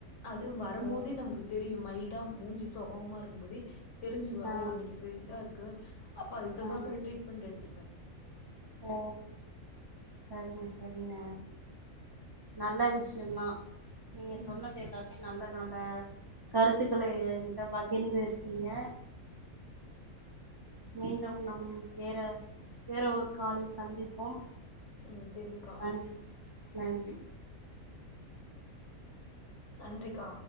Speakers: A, on the left; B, on the right.
A: அது வரும்போதே
B: ஓ
A: நமக்கு தெரியு மைல்டா மூஞ்சி சொகமா இருக்கும் போதே தெரிஞ்சுக்குவே
B: ஆ
A: ஓ இன்னைக்குப்ப இதா இருக்கு அப்ப அதுக்கு தகுந்தாப்ல
B: ஆ
A: ட்ரீட்மெண்ட் எடுத்துருவே
B: ஓ சரிங்க சரிங்க நல்ல விஷயம்தா நீங்க
A: ம்
B: சொன்னது எல்லாமே நல்ல நல்ல கருத்துக்களை எனங்கிட்ட பகிர்ந்து இருக்கீங்க மீண்டும் நம் வேற வேற ஒரு காலில் சந்திப்போம்
A: ம் சேரிங்கா
B: நன்றி நன்றி
A: நன்றிக்கா